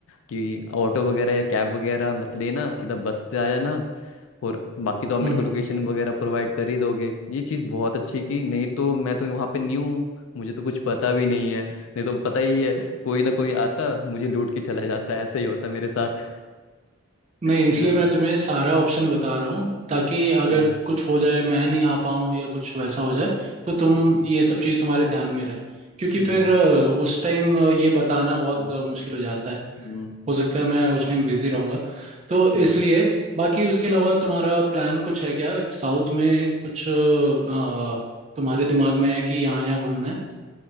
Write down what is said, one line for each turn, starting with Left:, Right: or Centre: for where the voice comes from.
Left: कि ऑटो वगैरह या कैब वगैरह मत लेना सीधा बस से आ जाना और बाकी तो आप मेरे
Right: हम्म
Left: को
Right: हम्म।
Left: लोकेशन वगैरह प्रोवाइड कर ही दोगे ये चीज़ बहुत अच्छी की नहीं तो मैं तो वहाँ पे न्यू हूँ मुझे तो कुछ पता भी नहीं है नहीं तो पता ही है कोई ना कोई आता मुझे लूट के चला जाता ऐसे ही होता मेरे साथ
Right: नहीं
Left: है
Right: इसलिए
Left: ना
Right: मैं तुम्हें सारा ऑप्शन बता रहा हूँ ताकि अगर
Left: हम्म
Right: कुछ हो जाए मैं नहीं आ पाऊँ या कुछ वैसा हो जाए तो तुम
Left: हम्म
Right: ये सब चीज़ तुम्हारे ध्यान में रहे क्योंकि
Left: हम्म
Right: फिर अ, उस टाइम अ, ये बताना बहुत
Left: हम्म
Right: अ, मुश्किल हो जाता है
Left: हम्म,
Right: हो सकता है मैं उस टाइम बिजी रहूँगा तो
Left: हम्म,
Right: इसलिए बाकी उसके अलावा तुम्हारा प्लान कुछ है क्या साउथ में कुछ अ, अ, तुम्हारे दिमाग में है कि यहाँ यहाँ घूमना है